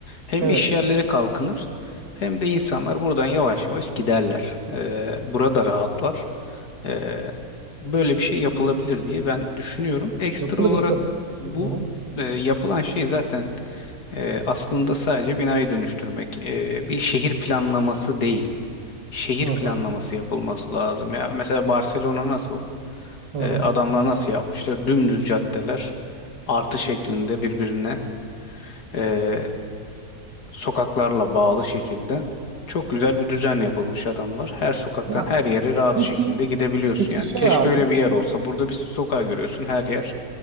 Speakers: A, on the left; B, on the right.
A: Hem
B: Evet.
A: iş yerleri kalkınır hem de insanlar buradan yavaş yavaş giderler. Ee, burada rahatlar. Ee, böyle bir şey yapılabilir diye ben düşünüyorum. Ekstra
B: Yapılır
A: olarak
B: yapılır.
A: bu
B: Hı hı.
A: e, yapılan şey zaten e, aslında sadece binayı dönüştürmek. E, bir şehir planlaması değil. Şehir
B: Hı hı.
A: planlaması yapılması lazım. Ya mesela Barcelona nasıl?
B: Hı
A: E,
B: hı.
A: adamlar nasıl yapmışlar? Dümdüz caddeler artı şeklinde birbirine e, sokaklarla bağlı şekilde. Çok güzel bir düzen yapılmış adamlar. Her sokaktan
B: Ya,
A: her yere rahat
B: peki,
A: şekilde gidebiliyorsun
B: peki
A: yani.
B: şey
A: Keşke
B: abi.
A: öyle bir yer olsa. Burada bir sokağa görüyorsun her yer